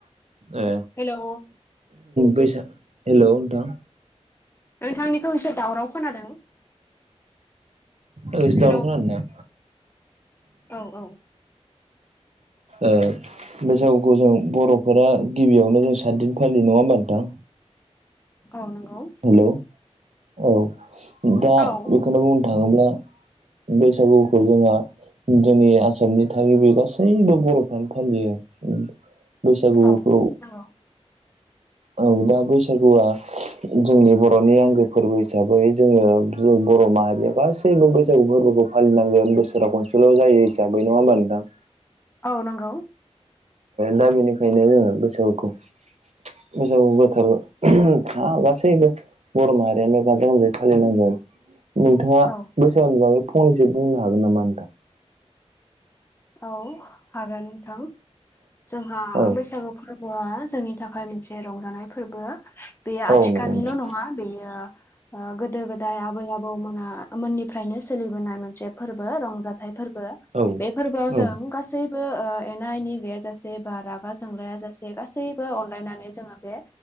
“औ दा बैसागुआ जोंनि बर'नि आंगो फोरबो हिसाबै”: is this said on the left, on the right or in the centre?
Right